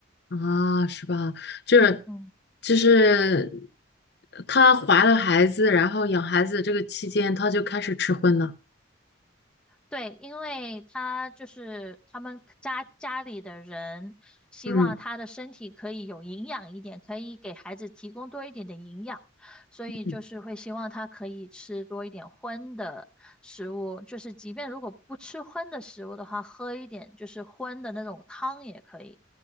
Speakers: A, on the left; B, in the centre.
A: 啊，是吧？就是
B: 嗯，
A: 就是她怀了孩子，然后养孩子这个期间，她就开始吃荤了。
B: 对，因为他就是他们家家里的人希望他的身体可以有营养一点，
A: 嗯
B: 可以给孩子提供多一点的营养，所以就是会希望他可以吃多一点荤的食物，
A: 嗯
B: 就是即便如果不吃荤的食物的话，喝一点就是荤的那种汤也可以。